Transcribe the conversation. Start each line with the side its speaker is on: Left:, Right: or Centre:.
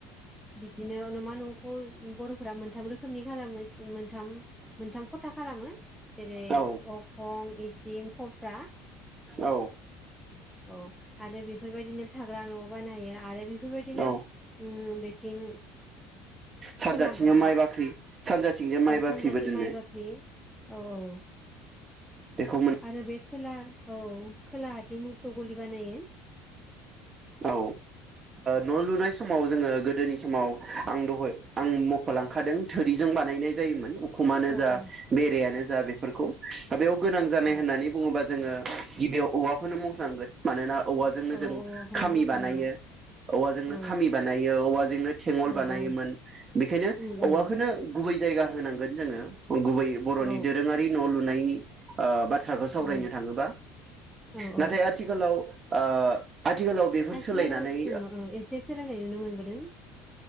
Centre: बिदिनो अनुमान। न'खौ बरफोरा मोन मोनथाम रोखोमनि खालामो मोनथाम मोन था खालामो जेरै
Right: औ
Centre: अखं इसिं ख <unintelligible>
Right: औ।
Centre: अ आरो बेफोरबायदिनो थाग्रा न'आव बानायो आरो बे बेफोरबायदिनो
Right: औ
Centre: बिथिं
Right: सानजाथिंजों
Centre: खोलाहा
Right: माइ बाख्रि सानजाथिंजों माइ बाख्रिबो
Centre: सानजाथिं
Right: दोननो
Centre: माइबा औ औ।
Right: बेखौ मोन
Centre: आरो बे। खोला औ खोला आथिं मोसौ गलि बानायो।
Right: औ न लुनाय समाव जोङो गोदोनि समाव आं दहय आं ख लांखादों थोरिजों बानायनाय जायोमोन उखुमानो
Centre: औ
Right: जा
Centre: औ
Right: बेरायानो जा। जा बेफोरखौ। बेयाव गोनां जानाय
Centre: औ
Right: होननानै बुङोबा। जोङो गिबियाव औवाखौनो मखनांगोन मानोना। औवाजोंनो
Centre: औ
Right: जों
Centre: औ औखौनो
Right: खामि
Centre: मख'नांगोन
Right: बानायो औवाजोंनो
Centre: औ
Right: खामि बानायो औवाजोंनो थेंगल
Centre: औ
Right: बानायोमोन
Centre: औ
Right: बेनिखायनो
Centre: उम उम
Right: औवाखौनो गुबै। जायगा होनांगोन जोङो। गुबै बरनि
Centre: औ
Right: दोरोङारि न लुनाय आ बा बाथ्राखौ सावरायनो
Centre: औ
Right: थाङोबा
Centre: औ
Right: नाथाय
Centre: औ
Right: आथिखालाव। ओ। आथिखालाव बेफोर
Centre: आथिखालाव
Right: सोलायनानै
Centre: ओ ओ एसे सोलायनाय नुनो मोनबोदों।